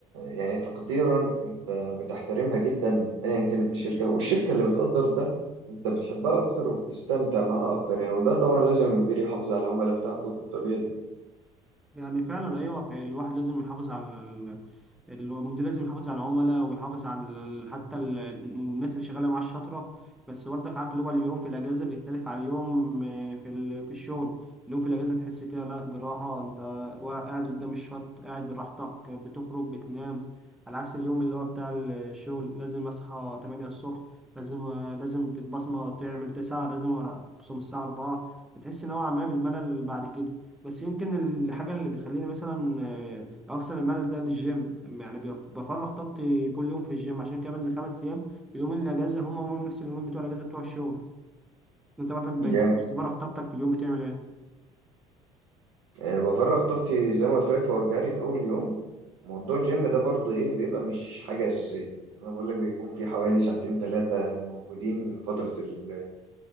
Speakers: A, on the right (about 65°); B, in the centre.
A: يعني تقديرا أنت بتحترمها جدا أيا كان الشركة والشركة اللي بتقدر ده أنت بتحبها أكتر وبتستمتع معاها أكتر يعني وده طبعا لازم المدير يحافظ على العملاء بتاعته بالطريقة دي
B: يعني فعلا ايوه ف- الواحد لازم يحافظ على ال- المدير لازم يحافظ على العملاء ويحافظ على ال- حتى ال- الناس اللي شغاله معاه الشاطره بس برضك عارف اللي هو اليوم في الاجازه بيختلف عن اليوم آه، في ال- في الشغل اليوم في الاجازه تحس كده لا براحه انت وا- قاعد قدام الشط قاعد براحتك بتخرج بتنام على عكس اليوم اللي هو بتاع الشغل لازم اصحى 8 الصبح لازم لازم تتبصمه تعمل 9 لازم تصوم الساعه 4 بتحس نوعا ما بالملل بعد كده بس يمكن الحاجة اللي بتخليني مثلا آه، أغسل الملل ده للجيم يعني بيف- بفرغ طاقتي كل يوم في الجيم عشان كده بنزل خمس أيام اليومين اللي أجازة هما هما نفس اليومين بتوع الأجازة بتوع الشغل أنت برضك بي-
A: جامد
B: لو بس فرغ طاقتك في اليوم بتعمل إيه؟
A: آه، بفرغ طاقتي زي ما قلت لك هو الجري في اول يوم موضوع الجيم ده برضو ايه بيبقى مش حاجه اساسيه يعني انا بقول لك بيكون في حوالي ساعتين ثلاثه موجودين فتره ال-